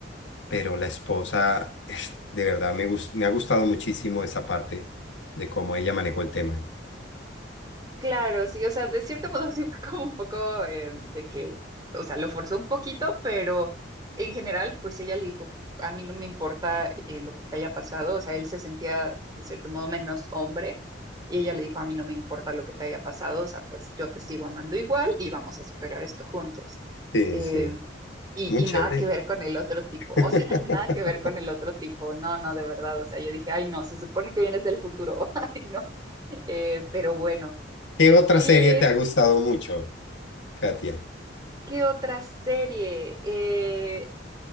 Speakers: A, on the left; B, on the right.
A: pero la esposa, <laughs> de verdad, me, gust me ha gustado muchísimo esa parte de cómo ella manejó el tema.
B: Claro, sí, o sea, de cierto modo <laughs> sí fue como un poco eh, de que, o sea, lo forzó un poquito, pero en general, pues ella le dijo, a mí no me importa eh, lo que te haya pasado, o sea, él se sentía de cierto modo menos hombre y ella le dijo, a mí no me importa lo que te haya pasado, o sea, pues yo te sigo amando igual y vamos a superar esto juntos.
A: Sí,
B: em,
A: sí,
B: y,
A: muy
B: y
A: chévere.
B: nada que ver con el otro tipo,
A: <laughs>
B: o sea, <laughs> nada que ver con el otro tipo, no, no, de verdad, o sea, yo dije, ay, no, se supone que vienes del futuro, <laughs> ay, no, Eh, pero bueno,
A: ¿Qué
B: sí,
A: otra serie
B: es,
A: te ha gustado mucho, Katia?
B: ¿qué otra serie? Eh,